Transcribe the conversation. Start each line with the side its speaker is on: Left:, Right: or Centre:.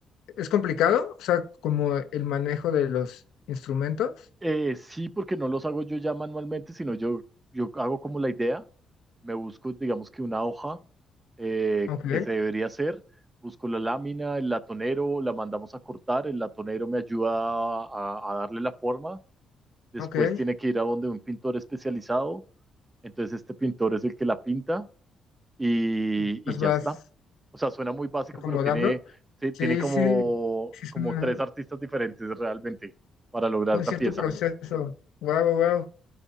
Left: es complicado, o sea, como el manejo de los instrumentos.
Right: Eh, sí, porque no los hago yo ya manualmente, sino yo, yo hago como la idea, me busco, digamos que una hoja eh,
Left: Ok,
Right: que se debería hacer, busco la lámina, el latonero, la mandamos a cortar, el latonero me ayuda a, a darle la forma, después
Left: ok.
Right: tiene que ir a donde un pintor especializado, entonces este pintor es el que la pinta y,
Left: Y los
Right: y ya
Left: vas
Right: está. O sea, suena muy básico,
Left: acomodando.
Right: pero tiene, ti-
Left: Sí,
Right: tiene como,
Left: sí, sí, suena
Right: como tres artistas diferentes realmente para lograr
Left: un
Right: la
Left: cierto
Right: pieza.
Left: proceso. Wow, wow.